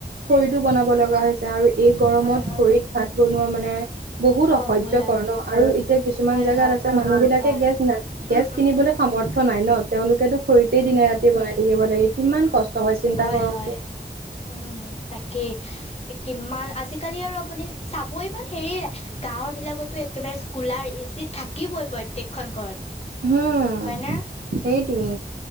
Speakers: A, on the right; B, on the left.
A: খৰিতটো বনাব লগা হৈছে আৰু- এই গৰমত
B: হয় হয়
A: খৰিত ভাত বনোৱা মানে- বহুত
B: অ
A: অসহ্যকৰ
B: হ'ল
A: ন আৰু এতিয়া কিছুমান
B: হয়
A: জেগাত
B: হয়
A: আছে মানুহ বিলাকে
B: হয়
A: গেছ নাই- গেছ
B: উম উম
A: কিনিবলৈ সামৰ্থ নাই ন তেওঁলোকেতো খৰিতেই
B: উম
A: দিনে ৰাতিয় বনাই থাকিব লাগে কিমান কষ্ট। চিন্তা
B: হয়
A: কৰকচোন
B: হয়, উম, তাকেই। কিমান আজিকালি আৰু আপুনি চাব ইমান হেৰি নাই গাঁৱৰ বিলাকতো একেবাৰে- কুলাৰ এ চি থাকিবই প্ৰত্যেকখন ঘৰত,
A: হম
B: হয় ন'!
A: সেইটোৱে।